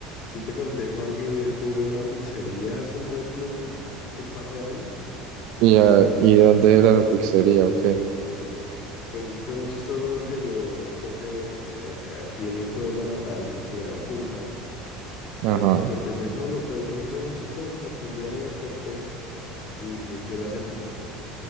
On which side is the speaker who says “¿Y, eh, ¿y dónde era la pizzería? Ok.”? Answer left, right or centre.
Right